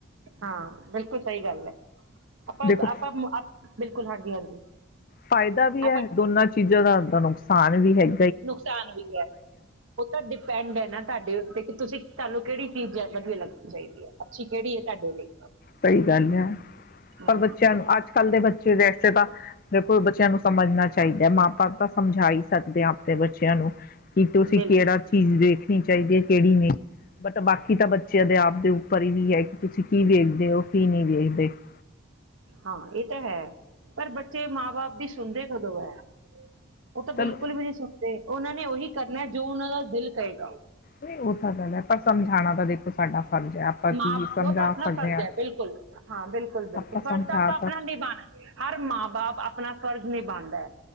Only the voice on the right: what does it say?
ਹਾਂ, ਬਿਲਕੁਲ ਸਹੀ ਗੱਲ ਹੈ, ਆਪਾਂ
ਆਪਾਂ ਬਿਲਕੁਲ ਹਾਂਜੀ ਹਾਂਜੀ।
ਆਪਾਂ
ਨੁਕਸਾਨ ਵੀ ਹੈ, ਉਹ ਤਾਂ ਡਿਪੈਂਡ ਹੈ ਨਾ ਤੁਹਾਡੇ ਉੱਤੇ ਕਿ ਤੁਸੀਂ ਤਹਾਨੂੰ। ਕਿਹੜੀ ਚੀਜ਼ ਹੈ ਵਧੀਆ ਲੱਗਣੀ ਚਾਹੀਦੀ ਹੈ? ਅੱਛੀ ਕਿਹੜੀ ਹੈ ਤੁਹਾਡੇ ਲਈ
ਹਮ,
ਬਿਲਕੁਲ
ਹਾਂ, ਇਹ ਤਾਂ ਹੈ। ਪਰ ਬੱਚੇ ਮਾਂ ਬਾਪ ਦੀ ਸੁਣਦੇ ਕਦੋਂ ਐ? ਉਹ ਤਾਂ ਬਿਲਕੁਲ
ਵੀ ਨਹੀਂ ਸੁਣਦੇ। ਉਹ ਨੇ ਉਹੀ ਕਰਨਾ ਜੋ ਉਹਨਾਂ ਦਾ ਦਿਲ ਕਹੇਗਾ
ਮਾਂ-ਬਾ
ਉਹ ਤਾਂ ਆਪਣਾ
ਫਰਜ਼
ਹੈ, ਬਿਲਕੁਲ, ਹਾਂ, ਬਿਲਕੁਲ, ਬਿਲਕੁਲ!
ਫਰਜ਼
ਤਾਂ ਆਪਾਂ ਆਪਣਾ ਨਿਭਾਣਾ ਹਰ ਮਾਂ-ਬਾਪ ਅ ਆਪਣਾ ਫ਼ਰਜ਼ ਨਿਵਾਦਾ ਐ।